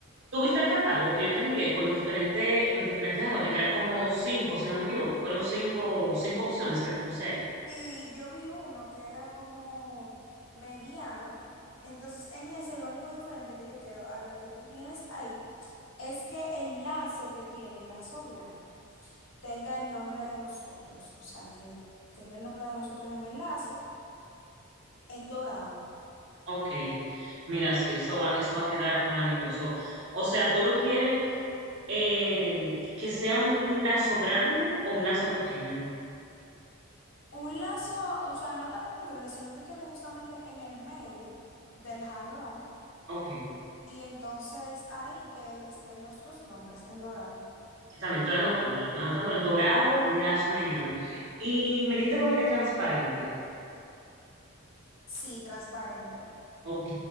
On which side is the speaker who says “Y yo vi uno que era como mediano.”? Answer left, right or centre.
Left